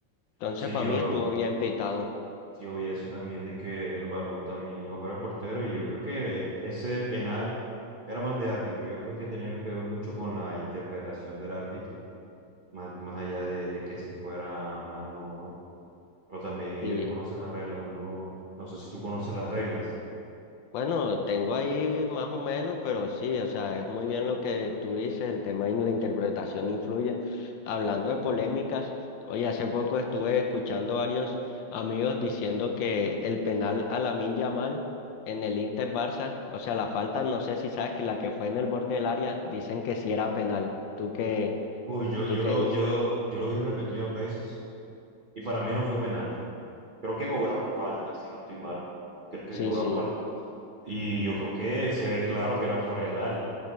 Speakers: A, on the left (about 75°); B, on the right (about 65°).
A: Entonces,
B: Sí,
A: para
B: yo,
A: mí estuvo bien pitado.
B: yo vi eso también de que el balón también iba para el portero y yo creo que ese penal era más de árbitro. Yo creo que tenía que ver mucho con la interpretación del árbitro, más, más allá de, de que si fuera mano o no. Pero también ellos
A: Sí,
B: conocen las reglas. Uno, no sé si tú conoces las reglas.
A: Bueno, tengo ahí más o menos, pero sí, o sea, es muy bien lo que tú dices, el tema y la interpretación influye. Hablando de polémicas, hoy hace poco estuve escuchando varios amigos diciendo que el penal a Lamine Yamal en el Inter Barça, o sea, la falta, no sé si sabes que la que fue en el borde del área, dicen que sí era penal. ¿Tú qué,
B: Uy, yo,
A: tú
B: yo
A: qué
B: lo,
A: dices?
B: yo, yo lo vi repetidas veces y para mí no fue penal. Creo que cobraron falta, si no estoy mal. Creo que
A: Sí,
B: cobraron
A: sí.
B: falta. Y yo creo que se ve claro que era fuera del área.